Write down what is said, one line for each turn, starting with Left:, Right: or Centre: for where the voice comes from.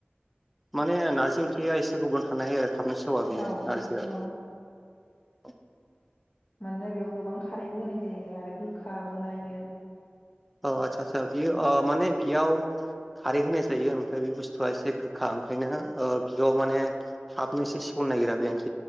Centre: माने नार्जि ओंख्रिया एसे गोबाव थानो हायो आरो थाबनो सेवा बियो
Left: औ
Centre: नारजिआ
Left: औ
Centre: <unintelligible>
Left: मानोना बेयाव गोबां खारैबो होनाय जायो आरो गोखाबो ना इयो
Centre: अ आस्सा आसा बियो अ माने बेयाव खारै होनाय जायो ओमफ्राय बे बुस्थुआ एसे गोखा ओंखार ओंखायनो ओ बियाव माने थाबनो एसे सेवनो नागिरा बे ओंख्रि